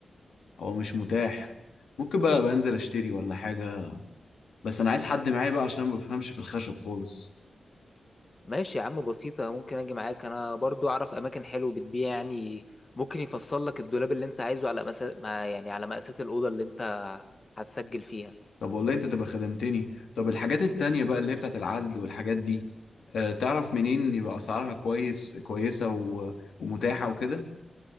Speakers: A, on the left; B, on the left.
A: هو مش متاح ممكن بقى بنزل اشتري ولا حاجة بس انا عايز حد معايا بقى عشان ما بفهمش في الخشب خالص
B: ماشي يا عم بسيطة ممكن أجي معاك أنا برضو أعرف أماكن حلوة بتبيع يعني ممكن يفصل لك الدولاب اللي أنت عايزه على مسا... ما يعني على مقاسات الأوضة اللي أنت هتسجل فيها
A: طب والله انت تبقى خدمتني طب الحاجات التانية بقى اللي هي بتاعت العزل والحاجات دي آه، تعرف منين يبقى اسعارها كويس كويسة و... ومتاحة وكده